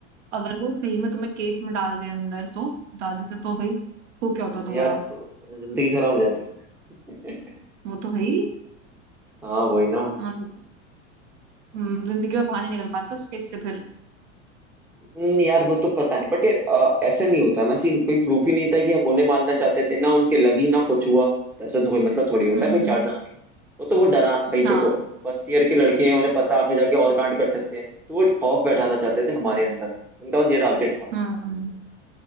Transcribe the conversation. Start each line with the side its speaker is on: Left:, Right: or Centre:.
Right: अगर वो सही में तुम्हें केस में डाल दे अंदर तो डाल दे तो भाई तो क्या होता तुम्हारा
Centre: यार तो जिंदगी खराब हो जाती <laughs>
Right: वो तो भाई
Centre: हाँ वही ना
Right: अम, हम्म, जिंदगी में बाहर नहीं निकल पाते उस केस से फिर
Centre: नहीं यार वो तो पता नहीं बट यार अ, ऐसा नहीं होता ना सीन कोई प्रूफ ही नहीं था कि आप उन्हें मानना चाहते थे ना उनके लगी ना कुछ हुआ तो ऐसा तो कोई मतलब थोड़ी होता
Right: हम्म
Centre: है कोई
Right: हम्म हम्म,
Centre: चार्ज लगाने का वो तो वो डरा भाई
Right: हाँ
Centre: देखो फर्स्ट ईयर के लड़के हैं उन्हें पता आगे जाके और कांड कर सकते हैं तो वो खौफ बैठाना चाहते थे हमारे अंदर उनका बस ये टारगेट था
Right: हम्म